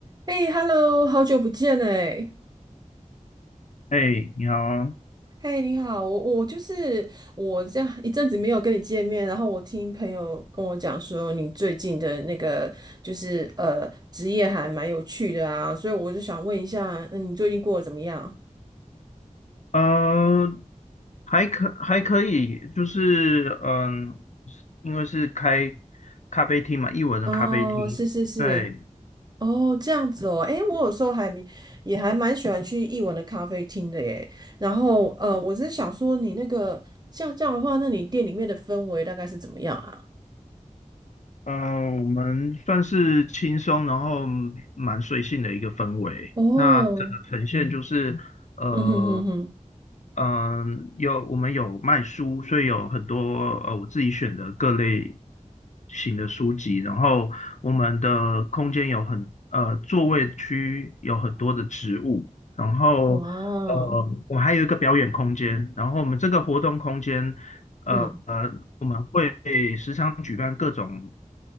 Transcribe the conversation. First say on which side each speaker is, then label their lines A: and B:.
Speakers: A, on the right (about 30°); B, on the left (about 65°).
A: 哎，Hello，好久不见哎！
B: 哎，你好，
A: 嘿，你好，我我就是我这样一阵子没有跟你见面，然后我听朋友跟我讲说你最近的那个就是呃职业还蛮有趣的啊，所以我就想问一下，嗯，你最近过得怎么样？
B: 呃，还可还可以，就是嗯，是因为是开咖啡厅嘛，艺文的咖啡厅，
A: 哦，是是是，
B: 对，
A: 哦，这样子哦，哎，我有时候还蛮也还蛮喜欢去艺文的咖啡厅的耶。然后呃，我只是想说你那个像这样的话，那你店里面的氛围大概是怎么样啊？
B: 呃，我们算是轻松，然后蛮随性的一个氛围。
A: 哦。
B: 那整个呈现就是，呃，
A: 嗯哼哼哼，
B: 嗯，有我们有卖书，所以有很多呃我自己选的各类型的书籍。然后我们的空间有很呃座位区有很多的植物，然后呃我还有一个表演空间。
A: 哇，
B: 然后我们这个活动空间呃呃我们会时常举办各种
A: 嗯，